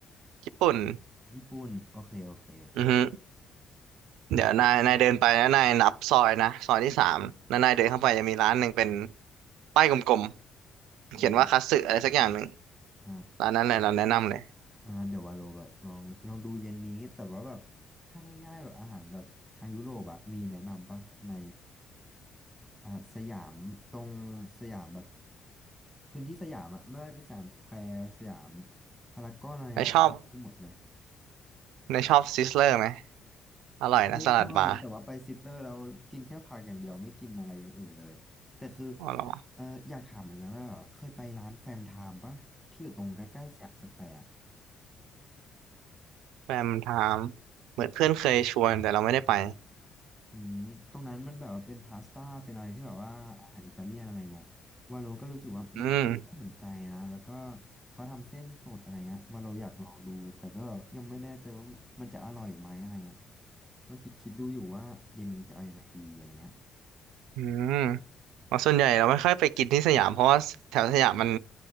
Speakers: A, on the right (about 75°); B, in the centre.
A: ญี่ปุ่น
B: ญี่ปุ่นโอเคโอเค
A: อือฮึเดี๋ยวนายนายเดินไปนะนายนับซอยนะซอยที่สามแล้วนายเดินเข้าไปจะมีร้านหนึ่งเป็นป้ายกลมๆเขียนว่าคัตสึอะไรสักอย่างหนึ่ง
B: ไปกันอ่า
A: ร้านนั้นเลยเราแนะนำเลย
B: อ่าเดี๋ยววาโลแบบลองลองดูเย็นนี้แต่ว่าแบบถ้าง่ายๆแบบอาหารแบบทางยุโรปอะมีแนะนำปะในอ่าสยามตรงสยามแบบพื้นที่สยามอะไม่ว่าจะสยามสแควร์สยามพารากอนอะไรเงี้ยวาโลได้หมดเลย
A: นายชอบนายชอบซิสเลอร์ไหมอร่อยนะสลัดบาร์
B: ซิตเลอร์ชอบนะแต่ว่าไปซิตเลอร์แล้วกินแค่ผักอย่างเดียวไม่กินอะไรอย่างอื่นเลยแต่คือ
A: อ๋อเหรอ
B: เอออยากถามเหมือนกันว่าแบบเคยไปร้านแฟมไทม์ปะที่อยู่ตรงใกล้ๆสยามสแควร์อะ
A: แฟมันถามเหมือนเพื่อนเคยชวนแต่เราไม่ได้ไป
B: อืมตรงนั้นมันแบบว่าเป็นพาสต้าเป็นอะไรที่แบบว่าอาหารอิตาเลียนอะไรเงี้ยวาโลก็รู้สึกว่ามันก็น่าสนใจนะแล้วก็
A: อืม
B: เขาทำเส้นสดอะไรเงี้ยวาโลอยากลองดูแต่ก็ยังไม่แน่ใจว่ามันจะอร่อยไหมอะไรเงี้ยก็คิดคิดดูอยู่ว่าเย็นนี้จะเอายังไงดีอะไรเงี้ย
A: อืม อ๋อส่วนใหญ่เราไม่ค่อยไปกินที่สยามเพราะว่าแถวสยามมัน